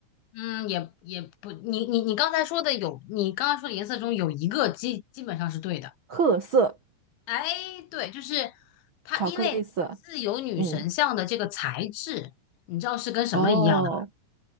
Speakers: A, on the left (about 75°); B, on the right (about 85°).
A: 嗯，也也不，你你你刚才说的有，你刚刚说的颜色中有一个基基本上是对的。
B: 褐色、
A: 哎，对，就是它，
B: 巧克力色，
A: 因为自由女神像的这个材质，
B: 嗯，
A: 你知道是跟什么一样的吗？
B: 哦，